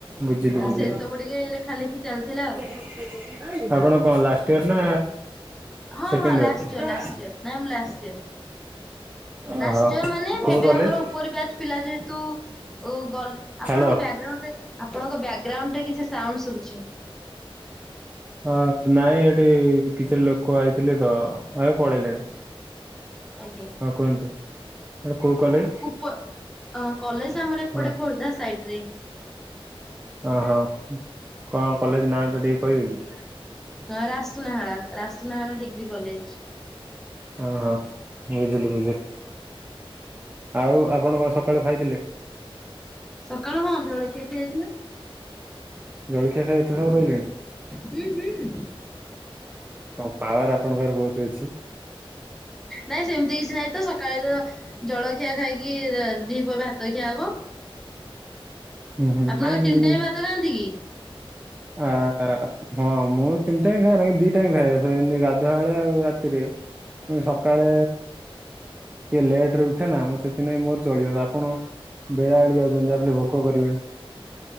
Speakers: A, on the right; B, in the centre.
A: ବୁଝିଲି
B: ତେଣୁ
A: ବୁଝିଲି
B: ସେ ସବୁ ଟିକେ ଲେଖା ଲେଖି ଚାଲିଥିଲା ଆଉ।
A: <unintelligible> ଆପଣ କଣ ଲାଷ୍ଟ ଇୟର ନା?
B: ହଁ
A: second
B: ହଁ last
A: year?
B: Last year ନାଇଁ ମୁଁ ଲାଷ୍ଟ ଇୟର। ଲାଷ୍ଟ
A: ଓହୋ
B: ଇୟର ମାନେ
A: କୋଉ
B: ଏବେ
A: କଲେଜ?
B: ଆମର ଉପର ବ୍ୟାଚ୍ ପିଲା ଯେହେତୁ ଓ ଗଲେ ଆପଣଙ୍କ
A: ହ୍ୟାଲୋ।
B: ବ୍ୟାଗ୍ରାଉଣ୍ଡରେ ଆପଣଙ୍କ ବ୍ୟାଗ୍ରାଉଣ୍ଡରେ କିଛି ସାଉଣ୍ଡ ଶୁଭୁଛି।
A: ହଁ ନାଇଁ ଏଠି କିଛି ଲୋକ ଆଇଥିଲେ ତ ଏବେ ପଳେଇଲେଣି।
B: ଆଜ୍ଞା
A: ହଁ କୁହନ୍ତୁ ଆ କୋଉ କଲେଜ?
B: ପ ଅ କଲେଜ ଆମର ଏପଟେ
A: ହଁ
B: ଖୋର୍ଦ୍ଧା ସାଇଟ୍ ରେ
A: ଅ ହଁ କଣ କଲେଜ ନାଁଟା ଟିକେ କହିବେ କି?
B: ହଁ ରାସୁନହାଳା ରାସୁନହାଳା ଡିଗ୍ରୀ କଲେଜ୍।
A: ଓହୋ ବୁଝିଲି ବୁଝିଲି। ଆଉ ଆପଣ କଣ ସକାଳୁ ଖାଇଥିଲେ?
B: ସକାଳୁ କଣ ଜଳଖିଆ ଖିଆହେଇଥିଲା।
A: ଜଳଖିଆ ଖାଇ ଏତେ ସମୟ ରହିଲେଣି?
B: ହୁଁ ହୁଁ।
A: କଣ ପାୱାର ଆପଣଙ୍କ ପାଖରେ ବହୁତ ଅଛି।
B: ନାଇଁ ସେମିତି କିଛି ନାଇଁ ତ ସକାଳେ ତ ଜଳଖିଆ ଖାଇକି ଦି ପରେ ହାତ ଖିଆ ହବ।
A: ହୁଁ ହୁଁ
B: ଆପଣଙ୍କ
A: ନାଇଁ
B: ତିନି
A: ମୁଁ
B: ଟାଇମ ଭାତ ଖାଆନ୍ତି କି?
A: ଆ ହଁ ମୁଁ ତିନି ଟାଇମ ଖାଏନି ଦି ଟାଇମ ଖାଏ, ଏମତି ଗାଧୁଆଳେ ଆଉ ରାତିରେ। ମୁଁ ସକାଳେ ଟିକେ ଲେଟ ରେ ଉଠେ ନା ମୁଁ ସେଥିନାଇଁ ମୋର ଚଳିବ, ଆପଣ ବେଳାବେଳି ଯାଉଛନ୍ତି ଯାହାବି ହେଲେ ଭୋକ କରିବଣି।